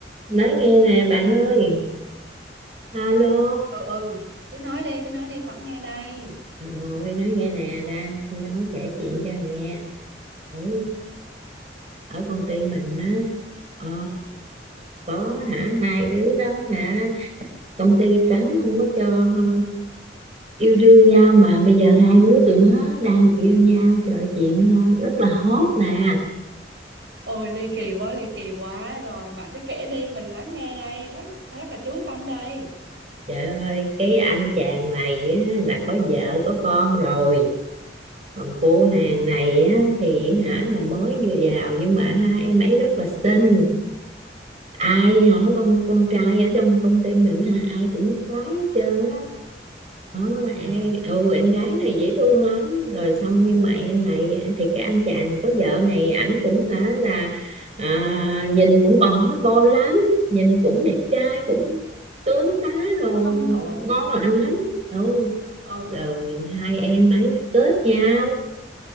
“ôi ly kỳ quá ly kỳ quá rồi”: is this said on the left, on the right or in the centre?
Right